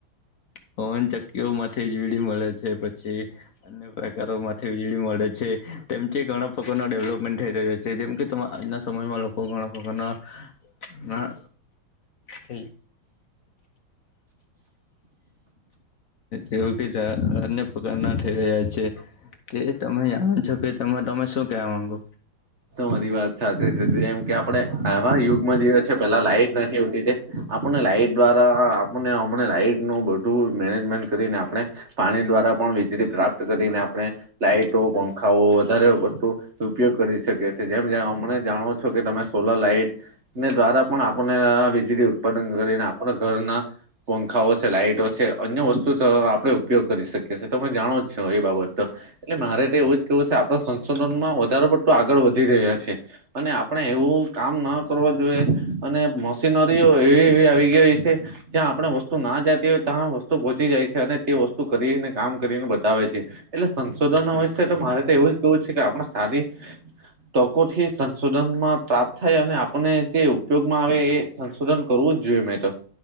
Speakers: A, on the left; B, on the right.
A: પવનચક્કીઓમાંથી વીજળી મળે છે પછી અન્ય પ્રકારો માથી વીજળી મળે છે તેમથી ઘણા પ્રકારનો ડેવલોપમેન્ટ થઈ રહ્યો છે જેમ કે તો આજના સમયમાં લોકો ઘણા પ્રકારના ના થ <inaudible> એવું કધ અ્ય પગ ના થઈ રહ્યા છે તે તમે જાણો છો કે તમે શું કેવા માંગુ
B: મારી વાત સાચી છે જેમ કે આપણે આવા યુગમાં જીએ છે પેલા લાઈટ નથી ઉઠી આપણને લાઈટ દ્વારા આપને હમને લાઈટ નું બધું મેનેજમેન્ટ કરીને આપણે પાણી દ્વારા પણ વીજળી પ્રાપ્ત કરીને આપણે લાાઈટો પંખાઓ વધારે વધું ઉપયોગ કરી શકે છે જેમ જે અમને જાણો છો કે તમે સોલર લાાઈટ દ્વારા પણ આપને વીજળી ઉત્પાદન કરીને આપણા ઘરના પંખાઓ છે લાાઈટો છે અન્ય વસ્તુ આપણે ઉપયોગ કરી શકીએીએ તમે જાણો જ છો એ બાબત એટલે મારે તો એવું જ કેવું છે આપણા સંશોધનમાં વધારો પડતું આગળ વધી રહ્યા છે અને આપણે એવું કામ ના કરવું જોઈએ અને મશીનરીઓ એવી એવી આવી ગઈ છે જ્યાં આપણે વસ્તુ ના જતી હોય ત્યાં પહોંચી જાય છે અને તે વસ્તુ કરીને કામ કરીને બતાવે છે એટલે સંશોધન હોય તો મારે તો એવું જ કેવું છે કે આપણા સારી તકોથી સંશોધનમાં પ્રાપ્ત થાય અને આપને જે ઉપયોગમાં આવે એ સંશોધન કરવું જ જોઈએ મેં તો